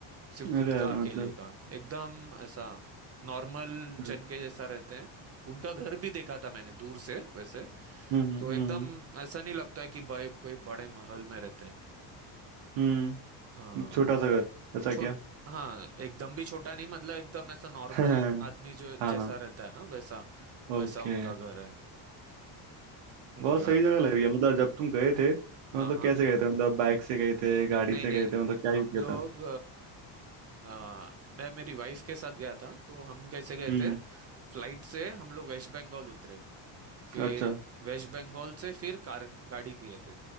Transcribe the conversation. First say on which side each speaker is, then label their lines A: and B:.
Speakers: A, on the right; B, on the right.
A: सिर्फ खुद
B: अरे यार
A: का अकेले
B: मतलब
A: का एकदम ऐसा नॉर्मल
B: हम्म
A: जन के जैसा रहते हैं उनका घर भी देखा था मैंने दूर से वैसे
B: हम्म
A: तो एकदम
B: हम्म
A: ऐसा नहीं लगता है कि भाई कोई बड़े महल में रहते हैं
B: हम्म,
A: हाँ
B: छोटा सा घर ऐसा
A: छोट
B: क्या
A: हाँ एकदम भी छोटा नहीं मतलब एकदम ऐसा नॉर्मल
B: <laughs>
A: आदमी जो
B: हाँ
A: जैसा रहता है ना वैसा वैसा
B: ओके
A: उनका घर है उनका
B: बहुत सही जगह लग रही है मतलब जब तुम गए थे मतलब
A: हाँ हाँ
B: कैसे गए थे मतलब बाइक से गए थे गाड़ी
A: नहीं
B: से
A: नहीं
B: गए थे मतलब क्या
A: हम
B: यूज किया
A: लोग
B: था
A: आ, मैं मेरी वाइफ के साथ गया था तो हम कैसे गए
B: हम्म
A: थे फ्लाइट से हम लोग वेस्ट बंगाल उतरे फिर
B: अच्छा
A: वेस्ट बंगाल से फिर कार गाड़ी किए थे